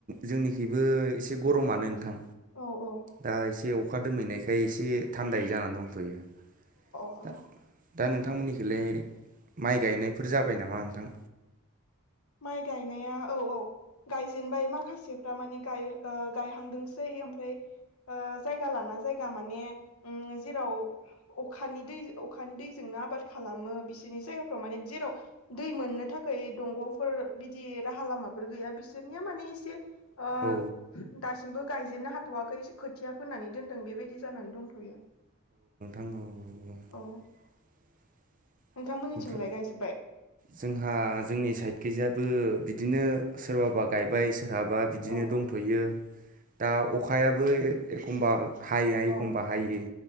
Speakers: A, on the right; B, on the left.
A: जोंनिखैबो इसे गरमानो नोंथां।
B: औ औ
A: दा इसे अखा दोमैनायखाय इसे थान्दायै जानानै दंथ'यो
B: ओं
A: दा दा नोंथांमोननिखैलाय माइ गायनायफोर जाबाय नामा नोंथां?
B: माइ गायनाया औ औ गायजेनबाय माखासेफ्रा माने गाय ओ गायहांदोंसै आमफ्राय ओ जायगा लाना जायगा माने ओम जेराव अखानि दै अखानि दैजोंनो आबाद खालामो बिसोरनि जायगाफ्राव माने जेराव दै मोननो था खाय दंग' फोर बिदि राहा लामाफोर गैया बिसोरनिया माने इसे ओ
A: औ
B: दास सिमबो गायजेननो हाथ'वाखै खोथिया फोनानै दोनदों बेबायदि जानानै दंथ'यो
A: ओम
B: औ नोंथांमोननिथिंलाय
A: ओमफ्राय
B: गायजोब्बाय
A: जोंहा जोंनि साइड खैजा बो बिदिनो सोरबाबा गायबाय सोरहाबा बिदिनो
B: औ
A: दंथ'यो दा अख खायाबो ए एखमबा हाया
B: औ
A: एखमबा हायो